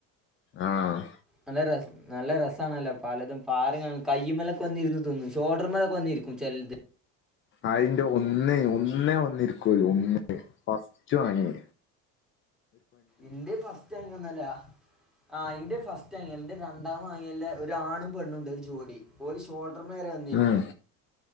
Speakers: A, on the left; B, in the centre.
A: ആഹ്
B: നല്ല രസ നല്ല രസാണല്ലോ പലതും പാറിങ്ങനെ കൈയ്യ്മ്മലൊക്കെ വന്നിരന്ന് തിന്നും. ഷോൾഡർ മേലൊക്കെ വന്നിരിക്കും ചെൽത്.
A: അയിന്റെ ഒന്ന് ഒന്നേ ഒന്നിരിക്കല്ലു ഒന്നേ, ഫസ്റ്റ് വാങ്ങിയേ
B: ഇന്റെ ഫസ്റ്റ് വാങ്ങി ഒന്നു അല്ല ആ ഇന്റെ ഫസ്റ്റ് വാങ്ങി അല്ല ഇന്റെ രണ്ടാമേ വാ ങ്ങിന്റെ ഒരു ആണും പെണ്ണുണ്ട് ഒരു ജോഡി. ഓല് ഷോ ഡർമ വെരെ വന്നിരിക്കും.
A: ഉം